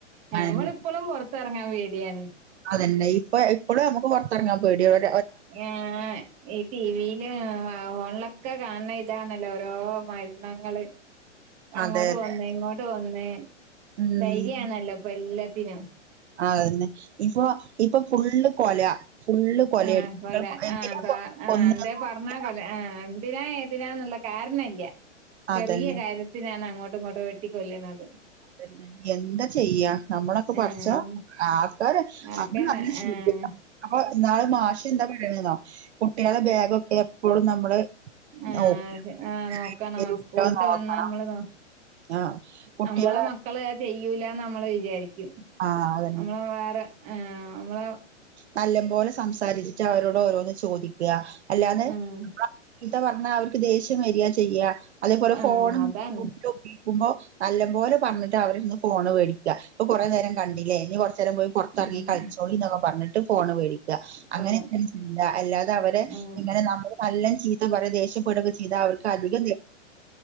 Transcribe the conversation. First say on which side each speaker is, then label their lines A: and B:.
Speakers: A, on the right (about 20°); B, on the right (about 60°).
A: ഞമ്മളിപ്പൊളും
B: അതെന്നെ
A: പൊറത്തിറങ്ങാൻ പേടിയാണ്.
B: തന്നെ ഇപ്പൊ ഇപ്പളും അമ്മക്ക് പൊറത്തിറങ്ങാൻ പേടിയാ ഒ
A: ഏഹ് ടിവിയില് ഓൺല ഒക്കെ കാണണ ഇതാണല്ലോ ഓരോ മരണങ്ങള്
B: അതെ
A: അങ്ങോട്ട്
B: അതെ
A: കൊന്ന് ഇങ്ങോട്ട് കൊന്ന്
B: ഉം
A: ധൈര്യാണല്ലോ ഇപ്പൊ എല്ലത്തിനും
B: അതന്നെ ഇപ്പൊ ഇപ്പൊ ഫുള്ള് കൊല ഫുള്ള് കൊലയാണ്
A: ഏഹ് കൊല
B: എന്തിനാ
A: ഏഹ് പ
B: കൊ
A: ഏഹ്
B: കൊന്നേന്നും
A: എന്താ പറഞ്ഞാ
B: അറിയില്ല
A: കൊല ആഹ് എന്തിനാ ഏതിനാന്നില്ല കാരണല്ല
B: അതന്നെ
A: ചെറിയ കാര്യത്തിനാണ് അങ്ങോട്ടും ഇങ്ങോട്ടും വെട്ടിക്കൊല്ലണത്
B: അതന്നെ എന്ത ചെയ്യാ നമ്മളൊക്കെ പറച്ചാ
A: ആഹ്
B: ആക്കോര്
A: ആക്കന്നെ
B: അമ്മള് നല്ല ശ്രദ്ധിക്ക
A: ആഹ്
B: അപ്പൊ ഇന്നാള് മാഷ് എന്താ പറയണേന്നൊ കുട്ടികളുടെ ബാഗൊക്കെ എപ്പളും നമ്മള്
A: ആഹ്
B: നോക്ക്
A: ആഹ് നോക്കണം
B: <inaudible>
A: സ്കൂളിട്ട്
B: നോക്കണ
A: വന്നാ നമ്മള് നോ
B: ആഹ് കുട്ടികളെ
A: നമ്മളെ മക്കള് ചെയ്യൂല്ലന്ന് നമ്മള് വിചാരിക്കും
B: ആഹ് അതന്നെ
A: നമ്മളെ
B: <inaudible>
A: വേറെ ഏഹ് നമ്മളെ
B: നല്ലംപോലെ ശ് സംസാരിച്ചിട്ട് അവരോട് ഓരോന്ന് ചോദിക്കുക അല്ലാന്ന്
A: ഉം
B: ചീത്ത പറഞ്ഞാ അവർക്ക് ദേഷ്യം വരിക ചെയ്യാ. അതേപോലെ
A: ആഹ്
B: ഫോണും
A: അതാണ്
B: കൊടുത്തോക്കി മ്പോ നല്ല പോലെ പറഞ്ഞിട്ട് അവര്ന്ന് ഫോണ് മേടിക്ക. ഇപ്പൊ കുറേ നേരം കണ്ടില്ലേ ഇനി കുറച്ച്ഏരം പുറതർങ്ങി
A: ഉം
B: കളിച്ചോളി ന്നൊക്കെ പറഞ് ഫോണ് മേടിക്കാ <unintelligible> അങ്ങനെ
A: വേണം
B: അല്ലാതെ അവരെ
A: ഉം
B: ഇങ്ങനെ നമ്മള് നല്ല ചീത്ത പറ <unintelligible> ഇതാ അവർക്ക് അധികം ദേ